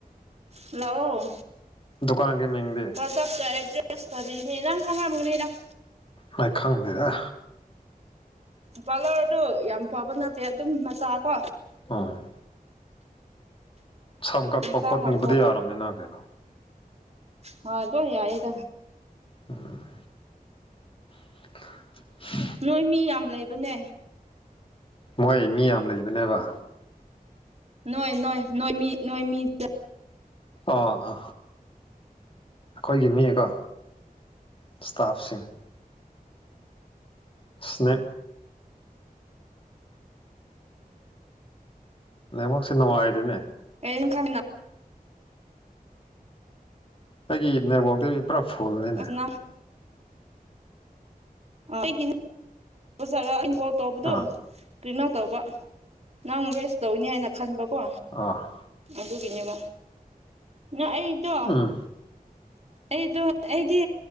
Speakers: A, on the right (about 45°); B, on the left (about 35°).
A: ꯍꯜꯂꯣ
B: ꯗꯨꯀꯥꯟꯒꯤ ꯃꯤꯡꯗꯤ
A: ꯞꯇ ꯑꯦꯗ꯭ꯔꯦꯁꯇꯔꯤꯅꯦ ꯅꯪ ꯈꯪꯝꯒꯅꯤꯗꯪ
B: ꯅꯥꯏꯈꯪꯗꯗ
A: ꯄꯥꯔꯂꯔ ꯑꯗꯨ ꯌꯥꯝ ꯄꯥꯕ ꯅꯠꯇꯦ ꯑꯗꯨꯝ ꯃꯆꯥ ꯀꯣ
B: ꯑ ꯁꯝ ꯀꯛꯄ
A: ꯃꯆꯥ
B: ꯈꯣꯠꯕꯙꯤ
A: ꯍꯥꯡꯕ
B: ꯌꯥꯔꯝꯃꯦꯅ ꯀꯩꯅꯣ
A: ꯍ ꯂꯣ ꯌꯥꯏꯗ
B: ꯎꯝ <unintelligible>
A: ꯅꯣꯏ ꯃꯤ ꯌꯥꯝ ꯂꯩꯕꯅꯦ
B: ꯃꯣꯏ ꯃꯤ ꯌꯥꯝ ꯂꯩꯕꯅꯦꯕ
A: ꯅꯣꯏ ꯅꯣꯏ ꯅꯣꯏꯃꯤ ꯅꯣꯏꯃꯤꯠ
B: ꯑꯥ ꯑꯩꯈꯣꯏꯒꯤ ꯃꯤꯀꯣ ꯏꯁꯇꯥꯐꯁꯤꯡ ꯁ꯭ꯅꯦ ꯅꯦꯛꯃꯛꯥꯛꯁꯦ ꯅꯨꯡꯉꯥꯏꯗꯨꯅꯦ
A: <unintelligible>
B: ꯑꯩꯒꯤ ꯅꯦꯠꯋꯥꯛꯇꯗꯤ ꯄꯨꯔꯥ ꯐꯨꯜꯅꯤꯅꯦ
A: ꯑꯁ ꯅꯪ <unintelligible> ꯇꯕꯗꯨ
B: ꯑꯥ
A: ꯀꯔꯤꯅꯣ ꯇꯧꯕ ꯅꯪ ꯋꯦꯁ ꯇꯧꯅꯤ ꯍꯥꯏꯅ ꯈꯟꯕꯀꯣ
B: ꯑ
A: ꯑꯗꯨꯒꯤꯅꯦꯕ ꯅꯪ ꯑꯩꯗꯣ
B: ꯎꯝ
A: ꯑꯩꯗꯣ ꯑꯩꯗꯤ